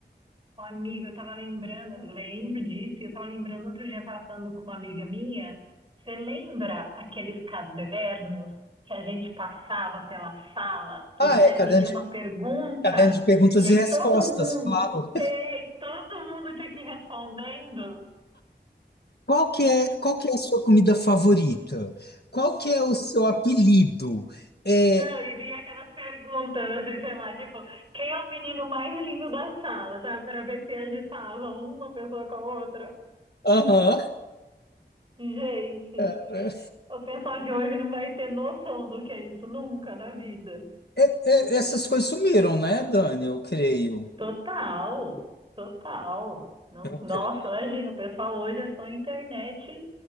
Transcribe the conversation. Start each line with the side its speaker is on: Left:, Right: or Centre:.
Right: Ô, Amigo, eu tava lembrando, eu lembro disso, e eu tava lembrando, outro dia eu tava falando com uma amiga minha. Você lembra aqueles cadernos que a gente passava pela sala e
Left: Ah,
Right: tinha,
Left: é, caderno
Right: e tinha
Left: de,
Right: uma pergunta,
Left: caderno de perguntas
Right: e aí
Left: e respostas,
Right: todo mundo,
Left: claro.
Right: ei, todo mundo tinha que ir respondendo?
Left: Qual que é, qual que é a sua comida favorita? Qual que é o seu apelido? É,
Right: Não, e vinha aquelas perguntas, assim, sei lá, tipo, quem é o menino mais lindo da sala, sabe? Pra ver se agitava uma pessoa com a outra.
Left: aham.
Right: Gente,
Left: cara.
Right: o pessoal de hoje não vai ter noção do que é isso nunca na vida.
Left: É- é- essas coisas sumiram, né, Dani? Eu creio.
Right: Total, total. Não,
Left: Eu creio.
Right: nossa, imagina, o pessoal hoje é só internet,